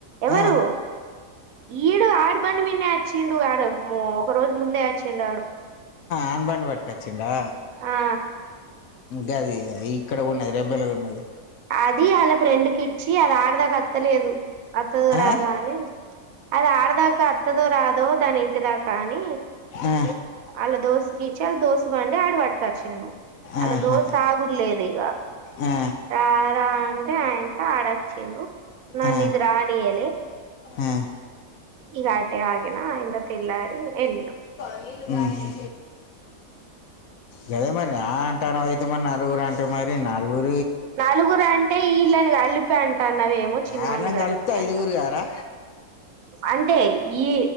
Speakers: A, on the right; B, on the left.
A: ఎవరు
B: ఆ.
A: ఈడు ఆడు ఇబంద్ మీనే వచ్చిండు ఆడు మో ఒక రోజు ముందే వచ్చిండాడు
B: అనబాడి బ కచ్చిడా
A: ఆ
B: గది ఇక్కడ ఉన్నది రెబెల్గా ఉన్నది
A: అది వాళ్ళ ఫ్రెండ్ కి ఇచ్చి అది ఆడదాక అత్తలేదు అత్తదు రాదా
B: ఆ?
A: అని అది ఆడదాకా అత్తదో రాదో దాని ఇంటిదాకా అని
B: ఆ,
A: అలో దోస్తకిచ్చ అ దోస్త <unintelligible> ఆడు పటుకవచ్చయను అలా
B: ఆహాహా.
A: దోస్త అగుర్లేదు ఇగ
B: ఆ,
A: ఆరన్ ఆ ఎంత ఆడచ్చిందు నన్న
B: ఆ,
A: ఇది రానియలే
B: ఆ.
A: ఈ ఆటే ఆగేనా అ ఇంద తెల్లార ఎల్లినావ
B: హు హు కదే మరి ఆ అంటాను అయితే మరి నలుగురు అంటే మరి నాలుగురు
A: నలుగురు అంటే వీళ్ళని కలిపి అంటాన్నావేమో చిన్నోని
B: ఆరులను
A: కలిపి
B: కలిపితే ఐదుగురు
A: అంటా
B: గారా
A: అంటే ఈ